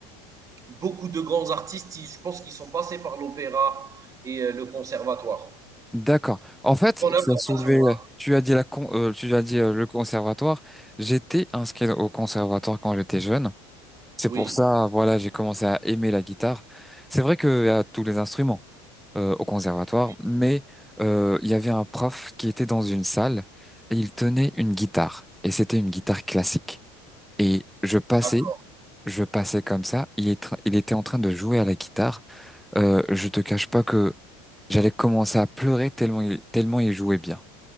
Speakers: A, on the right; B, in the centre.
A: beaucoup de grands artistes, ils- je pense qu'ils sont passés par l'opéra et euh, le conservatoire.
B: D'accord. En fait,
A: Ton information,
B: tu as soulevé,
A: hein.
B: tu as dit la, con- euh, tu as dit euh, le conservatoire. J'étais inscrit au conservatoire quand j'étais jeune. C'est
A: Oui,
B: pour ça, voilà, j'ai commencé à aimer la guitare. C'est vrai qu'il y a tous les instruments. euh, au conservatoire,
A: oui,
B: mais euh, il y avait un prof qui était dans une salle et il tenait une guitare. Et c'était une guitare classique. Et je passais,
A: d'accord,
B: je passais comme ça. Il est tra- il était en train de jouer à la guitare. Euh, je te cache pas que j'allais commencer à pleurer tellement il, tellement il jouait bien.